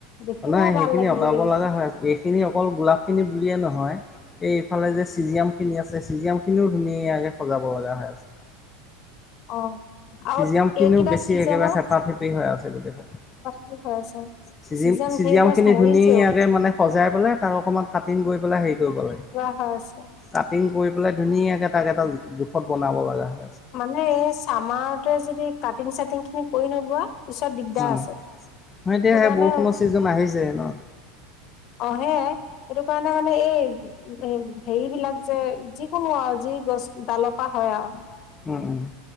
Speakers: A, on the left; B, on the left.
A: দেখিবও
B: নাই
A: ভাল
B: সেইখিনি
A: লাগিব
B: অঁতাব
A: লাগিব
B: লগা হয় এইখিনি অকল গোলাপ খিনি বুলিয়ে নহয়। এইফালে যে চিজিয়াম খিনি আছে চিজিয়াম খিনিও ধুনীয়াকে সজাব লগা হৈ আছে।
A: অ আৰু
B: চিজিয়াম খিনিও
A: এইকেইটা
B: বেছি
A: চিজনৰ
B: একেবাৰে থেপা থেপি হৈ আছে গোটেই-
A: হৈ আছে
B: চিজি
A: ছিজন
B: চিজিয়াম
A: ধেৰ গছ
B: খিনি
A: মৰিছেও
B: ধুনীয়াকে মানে সজাই পেলাই তাক অকণমান কাটিন কৰি পেলাই হেৰি কৰিব লাগে।
A: হয়ছে
B: কাটিং কৰি পেলাই ধুনীয়াকৈ তাক এটা জোখত বনাব লাগা হয়।
A: মানে এই চামাৰতে যদি কাটিং চাটিং খিনি কৰি নোলোৱা। পিছত দিগদাৰ
B: অ
A: আছে।
B: ন এতিয়া
A: সেইটো
B: সেই
A: কাৰণে
B: বৰষুণো ছিজন আহিছে ন।
A: অহে সেইটো কাৰণে মানে এই হেৰি বিলাক যে যিকোনো আৰু যি। গছ ডালৰ পা হ'য় আৰু।
B: উম উম।